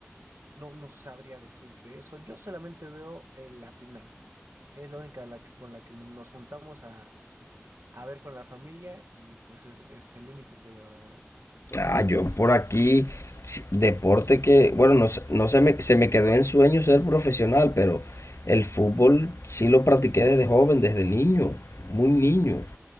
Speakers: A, on the right; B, on the left.
A: No, no sabría decirte eso. Yo solamente veo eh, la final. Es la única la que- con la que nos juntamos a, a ver con la familia y pues es, es el único que veo, la verdad.
B: Ah, yo por aquí, s- deporte que, bueno, no, se- no se me, se me quedó en sueño ser profesional, pero el fútbol sí lo practiqué desde joven, desde niño, muy niño.